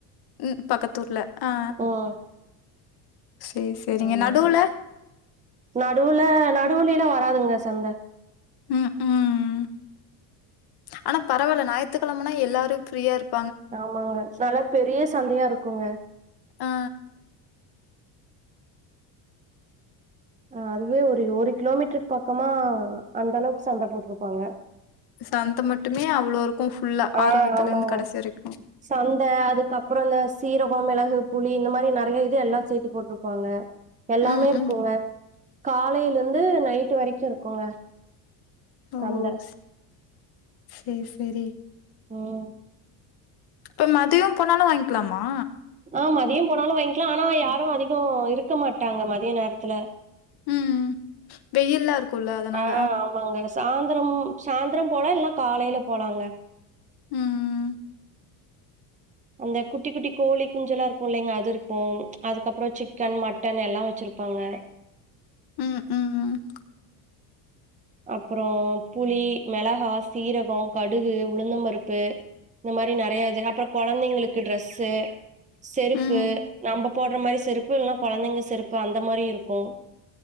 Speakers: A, on the left; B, on the right.
A: ம் பக்கத்தூர்ல ஆ
B: ம்
A: சரி, சரிங்க.
B: ஆமாங்க
A: நடுவுல?
B: நடுல நடுலிலா வராதுங்க சந்த
A: ம் ம் ஆனா பரவால்ல ஞாயித்துக்கெழமனா எல்லாரு ஃப்ரீயா இருக்
B: ஆமாங்க நல்லா பெரிய சந்தயா இருக்குங்க
A: அ
B: அ அதுவே ஒரு ஒரு கிலோமீட்டருக்கு பக்கமா அந்த அளவுக்கு சந்த போட்ருப்பாங்க
A: சந்த மட்டுமே அவ்ளோ இருக்கு ஃபுல்லா
B: ஆ
A: ஆரம்பத்துலருந்து
B: ஆமாங்க
A: கடைசி வரைக்கு
B: சந்த அதுக்கப்றோ இந்த சீரகோ மிளகு புளி இந்த மாரி நெறய இது எல்லா சேத்து போட்ருப்பாங்க எல்லாமே
A: ம்,
B: இருக்குங்க
A: ம்.
B: காலலேர்ந்து நைட்டு வரைக்கு இருக்குங்க
A: ஓ
B: சந்த
A: ஸ் செரி செரி
B: ம்
A: இப்ப மதியோ போனாலு வாங்க்கலாமா
B: ஆ மதியோ போனாலு வாங்கிக்லா ஆனா யாரூ அதிகோ இருக்க மாட்டாங்க மதிய நேரத்துல
A: ம் வெயில்லா இருக்குல அதனால
B: ஆ ஆமாங்க சாந்தரம் சாந்தரோ போலா இல்லன்னா காலைல போலாங்க
A: ம்
B: அந்த குட்டி குட்டி கோழி குஞ்சல்லா இருக்குல்லைங்க அதுருக்கு அதுக்கப்றோ சிக்கன் மட்டன் எல்லா வச்சிருப்பாங்க
A: ம், ம்,
B: அப்பறோ புளி மெளகா சீரகோ கடுகு உளுந்தபருப்பு இந்த மாரி நெறய இது அப்றோ கொழந்தைங்களுக்கு ட்ரெஸ்ஸு செருப்பு
A: ம்.
B: நம்ம போடுற மாரி செருப்பு இல்லன்னா கொழந்தைங்க செருப்பு அந்த மாரியு இருக்கு